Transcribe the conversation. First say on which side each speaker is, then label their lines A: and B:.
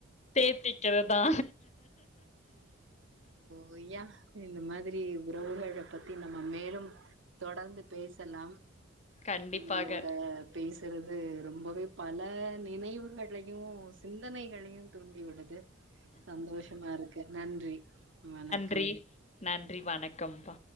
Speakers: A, on the left; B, on the right.
A: தேத்திக்கறதா
B: பொய்யா இந்த மாதிரி உறவுகள் பத்தி நம்ம மேலும் தொடர்ந்து பேசலாம்
A: கண்டிப்பாக.
B: உங்களோட பேச திருது ரொம்பவே பல நினைவுகளையு சிந்தனைகளையு தூண்டி உள்ளது சந்தோஷமா இருக்கு நன்றி வணக்
A: றி நன்றி வணக்கம்ப்பா